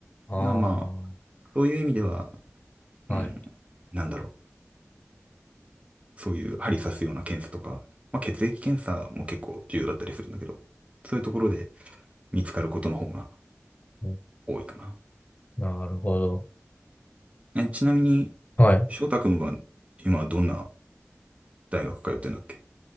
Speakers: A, on the left (about 35°); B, on the right (about 25°).
A: あ
B: らまあ、そういう意味では、
A: あ、
B: うん、
A: はい。
B: なんだろう。そういう針刺すような検査とか、まあ、血液検査も結構重要だったりするんだけど、そういうところで見つかることの方が
A: うん
B: 多いかな。
A: なるほど。
B: え、ちなみに、
A: はい。
B: 翔太くんは今どんな大学通ってんだっけ